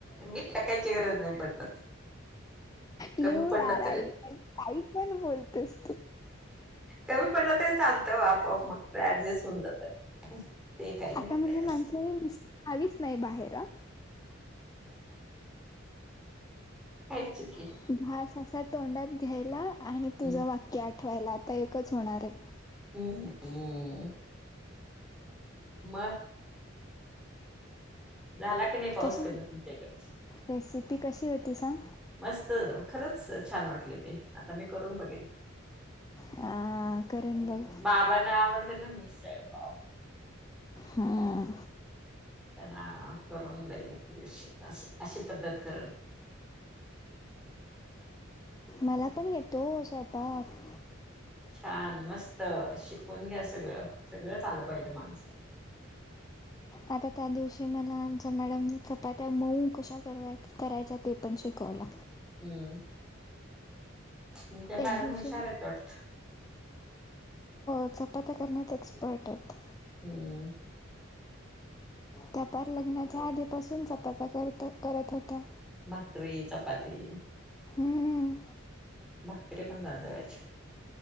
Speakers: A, in the centre; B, on the left.
A: मीठ टाकायची गरज नाही पडत. कमी
B: यु
A: पडलं
B: यार
A: तरी
B: आई काही पण बोलतेस तू.
A: कमी पडलं तरी चालतं आपआप मग तेच ऍडजस्ट- होऊन जात ते काही
B: आता
A: नाही काय
B: म्हणजे माणसं मिसळ खावीच नाही बाहेर.
A: खायचं कि.
B: तो घास असा तोंडात घ्यायला आणि
A: हम्म
B: तुझं वाक्य आठवायला आता एकच होणार आहे.
A: हम्म हम्म मग झाला की नाही पाऊस
B: कशी
A: कमी तुमच्याकडचा.
B: रेसिपी कशी होती सांग
A: मस्त खरंच छान वाटल ते. आता मी करून बघेल.
B: अ करण बघ
A: बाबांना आवडते ना मिसळ पाव.
B: हम्म
A: त्यांना करून दे एक दिवशी मिसळ अशी पद्धत -
B: मला पण येतो स्वयंपाक.
A: छान मस्त शिकून घ्या सगळं सगळंच आलं पाहिजे माणसाला.
B: आता त्या दिवशी मला आमच्या मॅडम चपात्या मऊ कशा बनवायच्या करायच्या ते पण शिकवला.
A: हम्म तुमच्या
B: एक
A: मॅडम
B: दिवशीहो
A: हुशार आहेत वाटत.
B: चपात्या करण्यात एक्सपर्ट आहेत.
A: हम्म
B: त्या पार लग्नाच्या आधीपासून चपात्या करत करत होत्या.
A: भाकरी, चपाती,
B: हम्म
A: भाकरी पण <unintelligible>